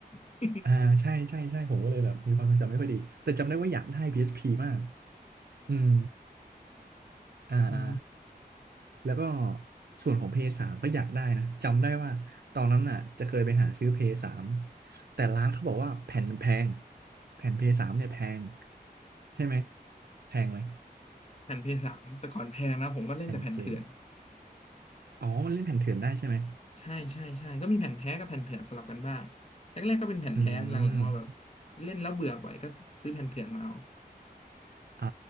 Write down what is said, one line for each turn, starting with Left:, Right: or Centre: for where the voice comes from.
Left: <laughs>
Right: อ่าใช่ใช่ใช่ผมก็เลยแบบมีความทรงจำไม่ค่อยดีแต่จำได้ว่าอยากได้พีเอสพีมากอืม อ่าอ่า
Left: อ๋อ
Right: แล้วก็ส่วนของ p พเอสสามก็อยากได้นะจำได้ว่าตอนนั้นน่ะจะเคยไปหาซื้อ p พเอสสามแต่ร้านเขาบอกว่าแผ่นมันแพงแผ่น p พเอสสามเนี่ยแพงใช่ไหมแพงไหม
Left: แผ่นเพย์สสามแต่ก่อนแพงนะผมก็เล่นแต่แผ่นเถื่อน
Right: แผ่นเกมอ๋อมันเล่นแผ่นเถื่อนได้ใช่ไหม
Left: ใช่ใช่ใช่ก็มีแผ่นแท้กับแผ่นเถื่อนสลับกันบ้างแรกๆก็เป็นแผ่นแท้หลังๆมาแบบ
Right: อืม
Left: เล่นแล้วเบื่อบ่อยก็ซื้อแผ่นเถื่อนมาเอา
Right: อ่า